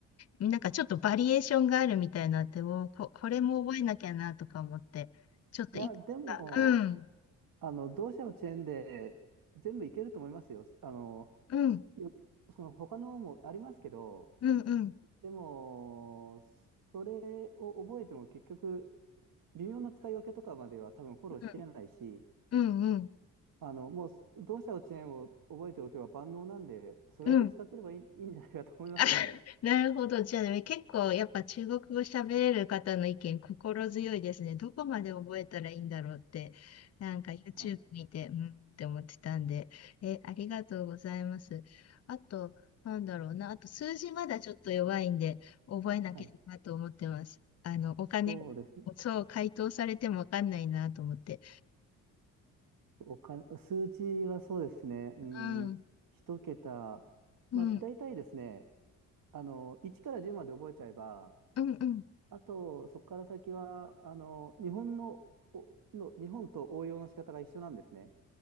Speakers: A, on the left (about 35°); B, on the right (about 50°).
A: に、なんかちょっとバリエーションがあるみたいなって、おーこ、これも覚えなきゃなとか思って、ちょっといくつ
B: いや、でも、
A: か、うん、
B: あの、同社のチェーンで全部いけると思いますよ。あの、
A: うん、
B: よ、その他のもありますけど、
A: うん、うん、
B: でも、それを覚えても結局、微妙な使い分けとかまでは多分フォローしきれないし、
A: うん、うん、うん、
B: あの、もう、同社のチェーンを覚えておけば万能なんで、それだけ使ってればいい、
A: うん、
B: <laughs> いいんじゃないかと思いますけどね。
A: <laughs> あ、なるほど。じゃあね、結構やっぱ中国語喋れる方の意見心強いですね。どこまで覚えたらいいんだろうって、なんか YouTube
B: はい。
A: 見て、うんって思ってたんで、え、ありがとうございます。あと、なんだろうな。あと、数字まだちょっと弱いんで、覚えなきゃなと思ってます。
B: はい。
A: あの、お金、
B: そうですね。
A: そう、回答されてもわかんないなと思って。
B: お金、数字はそうですね。うん、
A: うん、
B: 一桁。
A: うん、
B: まあ、大体ですね、あの、1から10まで覚えちゃえば、
A: うん、うん。
B: あと、そこから先は、あの、日本の、おの、日本と応用の仕方が一緒なんですね。